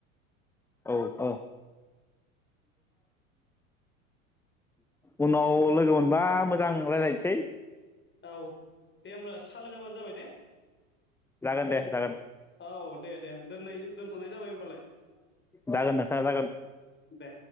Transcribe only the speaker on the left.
औ दे होमब्ला सा लोंहोबानो जाबाय दे
औ दे दे दोननाय दोनथ'नाय जाबाय होमबालाय
दे